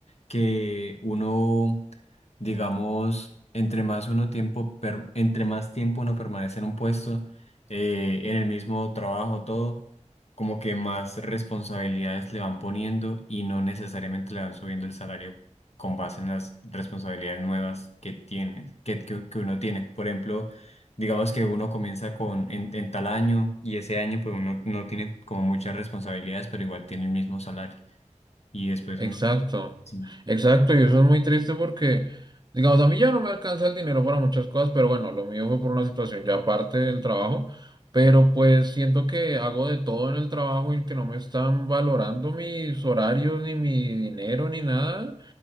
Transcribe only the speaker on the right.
Exacto,
exacto, y eso es muy triste porque, digamos, a mí ya no me alcanza el dinero para muchas cosas, pero bueno, lo mío fue por una situación ya aparte del trabajo, pero pues siento que hago de todo en el trabajo y que no me están valorando mis horarios, ni mi dinero, ni nada,